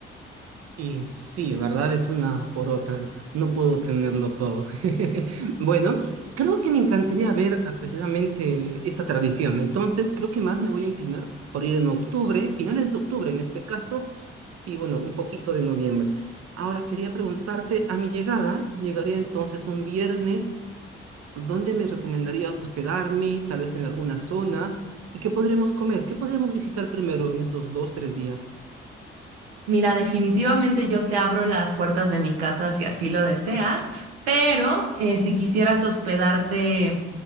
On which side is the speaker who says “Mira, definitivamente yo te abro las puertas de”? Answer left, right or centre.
Right